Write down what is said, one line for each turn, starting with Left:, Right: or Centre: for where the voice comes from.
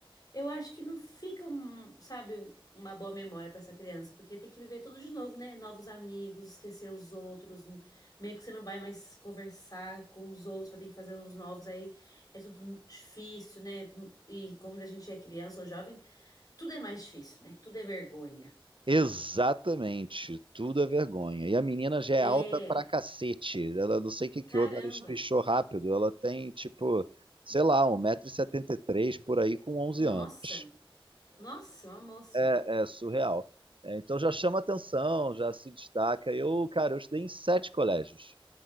Left: Eu acho que não fica, um, sabe, uma boa memória pra essa criança, porque tem que viver tudo de novo, né? Novos amigos, esquecer os outros, m- meio que você não vai mais conversar com os outros, vai ter que fazer uns novos, aí é tudo difícil, né? Hum, E como a gente é criança ou jovem, tudo é mais difícil, né? Tudo é vergonha.
Right: Exatamente, tudo é vergonha. E a menina já
Left: É,
Right: é alta pra cacete. Ela não sei o que que
Left: caramba.
Right: houve, ela espichou rápido. Ela tem, tipo, sei lá, um metro e setenta e três por aí com onze
Left: Nossa,
Right: anos.
Left: nossa, uma moça.
Right: É, é é surreal. É, então já chama atenção, já se destaca. Eu, cara, eu estudei em sete colégios.